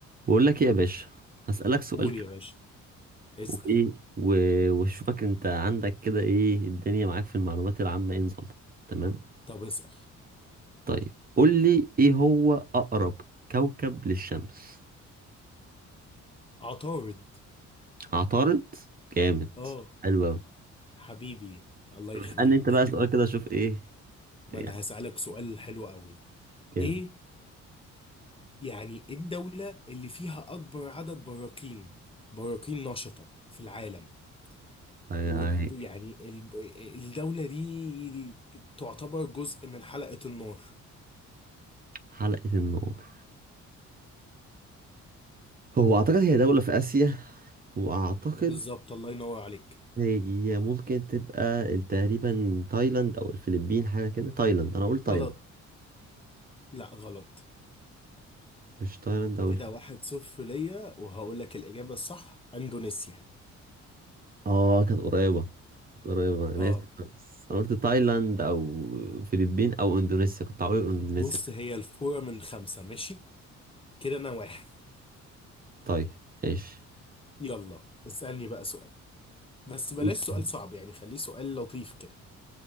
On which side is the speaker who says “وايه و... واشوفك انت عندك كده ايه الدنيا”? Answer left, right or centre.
Right